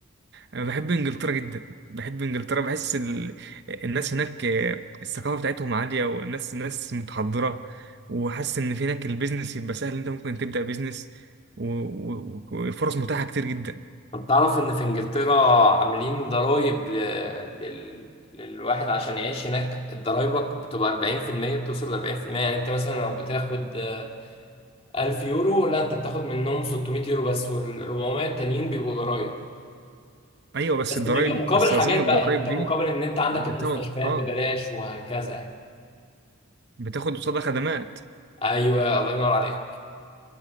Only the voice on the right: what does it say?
انا بحب انجلترا جدا بحب انجلترا بحس ال... الناس هناك آه، الثقافه بتاعتهم عاليه والناس ناس متحضره وحاسس ان في هناك البيزنس يبقى سهل انت ممكن تبدا بيزنس و... و... وفرص متاحه كتير جدا
ايوه بس
الضرايب
بس
اظن الضرايب
دي
انت
بتاخد اه
بتاخد قصادها خدمات